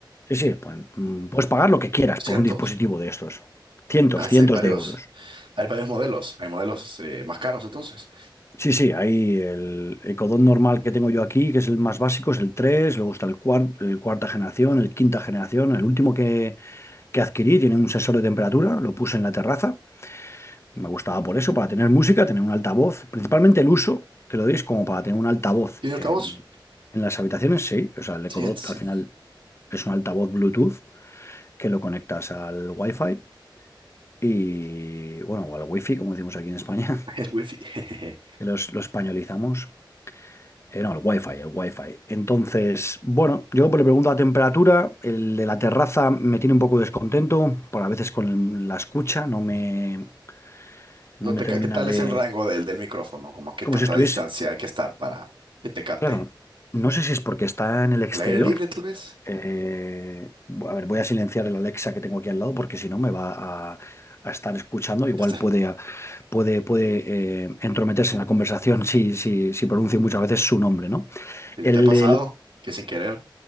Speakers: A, on the left; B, on the right.
A: Sí, sí, pues, mm, puedes pagar lo que quieras por
B: ¿Cientos?
A: un dispositivo de estos. Cientos,
B: Ah, sí,
A: cientos
B: Hay varios,
A: de euros.
B: hay varios modelos, hay modelos eh, más caros entonces.
A: Sí, sí, ahí el Ecodot normal que tengo yo aquí, que es el más básico, es el tres, luego está el, cuar- el cuarta generación, el quinta generación, el último que, que adquirí tiene un sensor de temperatura, lo puse en la terraza, me gustaba por eso, para tener música, tener un altavoz, principalmente el uso que lo deis como para tener un altavoz
B: ¿Y de altavoz?
A: en, en las habitaciones, sí, o sea, el Ecodot
B: Sí, entonces,
A: al final es un altavoz Bluetooth que lo conectas al Wi-Fi Y bueno, o al wifi, como decimos aquí en España, <laughs>
B: <laughs> el wifi. <laughs>
A: que los, lo españolizamos. Eh, no, el wifi, el wifi. Entonces, bueno, yo pues le pregunto la temperatura, el de la terraza me tiene un poco descontento, por a veces con el- la escucha, no me, no
B: No
A: me
B: te,
A: termina
B: ca- ¿qué tal
A: de...
B: es el rango del, del micrófono? Como qué
A: Como
B: tanta
A: si estuviese...
B: distancia hay que estar para que te capte.
A: Claro, no sé si es porque está en el exterior.
B: al aire libre, tal vez.
A: Eh, a ver, voy a silenciar el Alexa que tengo aquí al lado porque si no me va a, a estar escuchando, igual
B: ¿Te, estás-
A: puede puede, puede eh, entrometerse en la conversación si, si, si pronuncio muchas veces su nombre, ¿no?
B: te
A: El,
B: te ha pasado
A: el
B: que sin querer